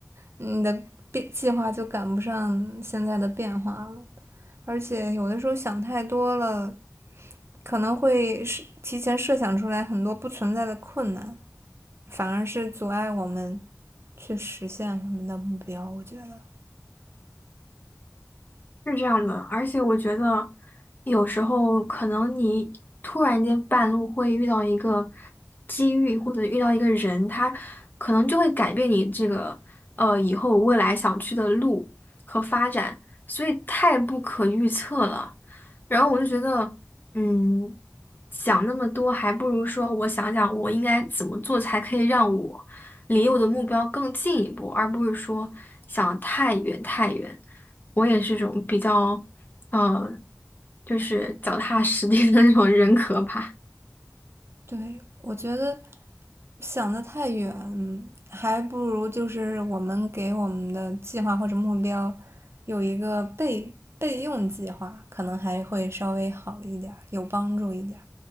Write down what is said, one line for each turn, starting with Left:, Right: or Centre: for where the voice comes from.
Right: 你的变计划就赶不上现在的变化了。而且有的时候想太多了，可能会是提前设想出来很多不存在的困难，反而是阻碍我们去实现我们的目标。我觉得，
Left: 是这样的，而且我觉得有时候可能你突然间半路会遇到一个机遇，或者遇到一个人，他可能就会改变你这个呃以后未来想去的路和发展，所以太不可预测了。然后我就觉得，嗯，想那么多，还不如说我想想我应该怎么做才可以让我离我的目标更进一步，而不是说想得太远太远。我也是种比较，呃，就是脚踏实地的那种人格吧。
Right: 对我觉得想得太远，嗯还不如就是我们给我们的计划或者目标有一个备备用计划，可能还会稍微好一点有帮助一点